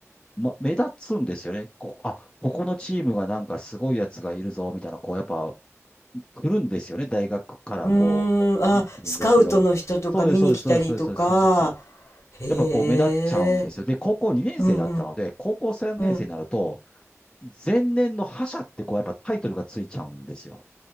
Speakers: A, on the left; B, on the left.
A: う、ま、目立つんですよね。こう、あ、ここのチームがなんかすごいやつがいるぞ、みたいな、こう、やっぱ、来るんですよね。大学からこう、
B: うーん。あ、
A: 見に来るんですけど、
B: スカウトの人とか見に来たりとか。
A: そうです、そうです、そうです、そうです、そうです、そうです。そうです
B: へえ。
A: やっぱこう、目立っちゃうんですよ。で、高校2年生だったので、
B: うんうん。
A: 高校3年生になると、
B: うん。
A: 前年の覇者ってこう、やっぱタイトルがついちゃうんですよ。